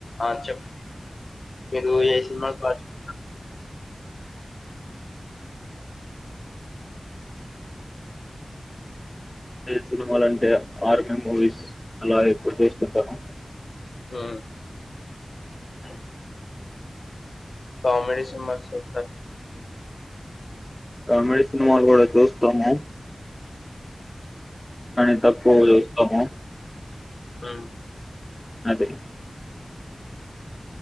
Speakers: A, on the left (about 70°); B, on the left (about 20°).
A: అ చెప్పండి మీరు ఏ సినిమాలు బాగా చూస్తూ
B: అదే సినిమాలంటే ఆర్మీ మూవీస్... అలా ఎక్కువ చేస్తుంటను..
A: ఆ....
B: అ...
A: కామెడిీ సినిమా చూస్తా
B: కామెడీ సినిమాలు కూడా చూస్తాము. కానీ తక్కువగ చూస్తాము..
A: హ్మ్మ్
B: అదే